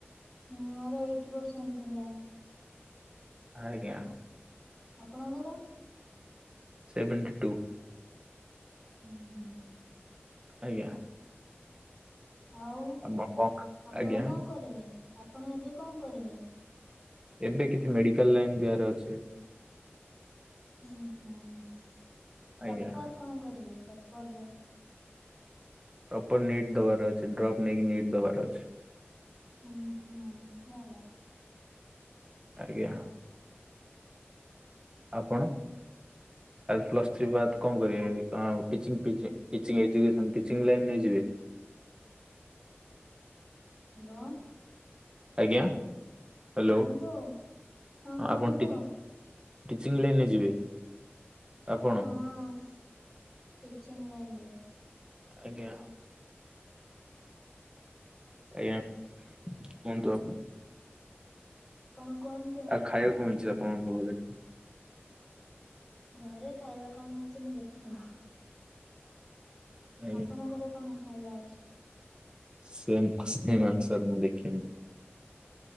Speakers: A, in the centre; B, on the right.
A: ମୋର ଏଇଟି ପରସେଣ୍ଟ ଥିଲା।
B: ଆଜ୍ଞା।
A: ଆପଣଙ୍କର?
B: Seventy two.
A: ହୁଁ ହୁଁ।
B: ଆଜ୍ଞା।
A: ଆଉ
B: ଆପଣ କଣ
A: ଆପଣ
B: ଆଜ୍ଞା
A: କଣ କରିବେ? ଆପଣ ଏବେ କଣ କରିବେ?
B: ଏବେ କିଛି ମେଡିକାଲ ଲାଇନ ଯିବାର ଅଛି।
A: ହୁଁ ହୁଁ ପ୍ରପର
B: ଆଜ୍ଞା।
A: କଣ କରିବେ? ପ୍ରପର ଜୋନ
B: ପ୍ରପର ନିଟ୍ ଦବାର ଅଛି ଡ୍ରପ୍ ନେଇକି ନିଟ୍ ଦବାର ଅଛି।
A: ହୁଁ ହୁଁ ଭଲ।
B: ଆଜ୍ଞା। ଆପଣ? ପ୍ଲସ୍ ଥ୍ରୀ ବାଦ କଣ କରିବେ? ଟି ଟିଚିଂ ଏଜୁକେସନ ଟିଚିଂ ଲାଇନ ନେଇ ଯିବେ।
A: ହ୍ୟାଲୋ।
B: ଆଜ୍ଞା। ହ୍ୟାଲୋ
A: କୁହନ୍ତୁ ହଁ କୁହନ୍ତୁ।
B: ଆପଣ ଟି ଟିଚିଂ ଲାଇନେ ଯିବେ। ଆପଣ
A: ହଁ ଟିଚିଂ ଲାଇନ୍ ରେ।
B: ଆଜ୍ଞା। ଆଜ୍ଞା କୁହନ୍ତୁ ଆ।
A: ଆପଣ କୁହନ୍ତୁ।
B: ଆଉ ଖାଇବାକୁ କଣ ହେଇଛି ଆପଣଙ୍କ ଘରେ?
A: ଘରେ ଖାଇବା କଣ ଅଛି ମୁଁ ଦେଖିନି।
B: ଆଜ୍ଞା
A: ଆପଣଙ୍କର କଣ ଖାଇବା ଅଛି?
B: ସେମ୍ ସେମ୍ ଆନସାର ମୁଁ ଦେଖିନି।